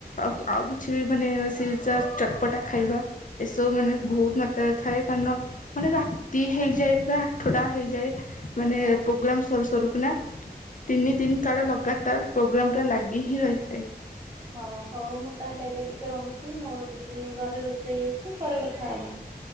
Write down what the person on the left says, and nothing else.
ଆଉ ଆଉ କିଛି ବି ମାନେ ସିଛ ଚଟପଟା ଖାଇବା ଏସବୁ ମାନେ ବହୁତ ମାତ୍ରାରେ ଥାଏ କାରଣ ମାନେ ରାତି ହେଇଯାଏ। ପୁରା ଆଠଟା ହେଇଯାଏ ମାନେ ପ୍ରୋଗ୍ରାମ୍ ସରୁ ସରୁ କୁନା। ତିନି ଦିନ କାଳ ଲଗାତାର ପ୍ରୋଗ୍ରାମଟା ଲାଗି ହିଁ ରହିଥାଏ।